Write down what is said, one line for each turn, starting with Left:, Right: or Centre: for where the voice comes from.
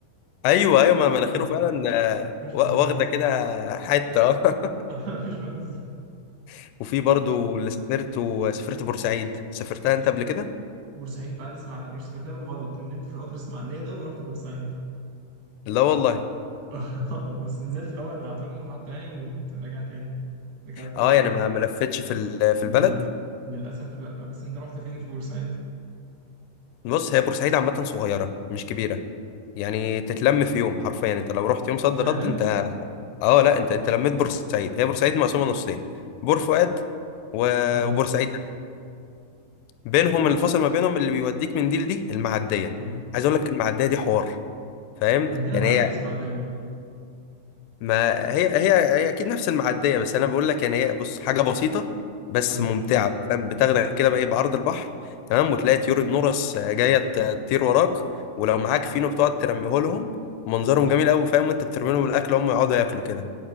Left: ايوه ايوه
Right: <laughs>
Left: ما مناخيره
Right: آه،
Left: فعلا آه،
Right: ما كانوش
Left: وا-
Right: بيهزروا
Left: واخده كده
Right: <laughs>
Left: حته اه
Right: آه، مش بهزر
Left: <laughs> وفي برضو اللي سافرت وسافرت بورسعيد سافرتها انت قبل كده
Right: بورسعيد بعد اسماعيليه رحت سافرتها بالغلط نمت في القطر اسماعيليه ده ورحت بورسعيد
Left: لا والله
Right: <laughs> اه بس نزلت الأول أنا على طول المحطة يعني وقمت راجع تاني ركبت
Left: اه
Right: وروحت
Left: يعني ما ما لفتش في ال- في
Right: ال-
Left: البلد
Right: للأسف لأ بس أنت رحت فين في بورسعيد؟
Left: بص هي بورسعيد عامه صغيره مش كبيره يعني تتلم في يوم حرفيا انت لو رحت يوم صد
Right: فعلا؟
Left: رد انت اه لا انت انت لميت بورسعيد هي بورسعيد مقسومه نصين بور فؤاد و-
Right: اه
Left: وبورسعيد بينهم الفاصل ما بينهم اللي بيوديك من دي لدي المعديه
Right: اه
Left: عايز اقول لك المعديه دي حوار فاهم
Right: عندنا
Left: يعني
Right: معدية
Left: هي
Right: في إسماعيلية برضو
Left: ما هي هي هي اكيد نفس المعديه بس انا بقول لك يعني هي بص حاجه بسيطه بس
Right: اه
Left: ممتعه فاهم بتاخدك كده بقى ايه بعرض البحر تمام وتلاقي طيور النورس جايه ت- تطير وراك ولو معاك فينو بتقعد ترميه لهم منظرهم جميل قوي فاهم وانت بترمي لهم الاكل هم يقعدوا ياكلوا كده